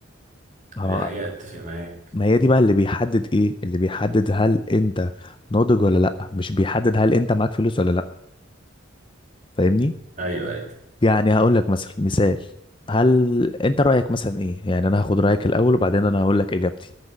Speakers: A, on the left; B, on the right.
A: اه
B: دي حقيقة اتفق معاك
A: ما هي دي بقى اللي بيحدد ايه اللي بيحدد هل انت ناضج ولا لا مش بيحدد هل انت معاك فلوس ولا لا فاهمني
B: ايوه ايوه
A: يعني هقول لك مثلا مثال هل انت رأيك مثلا ايه يعني انا هاخد رأيك الاول وبعدين انا هقول لك اجابتي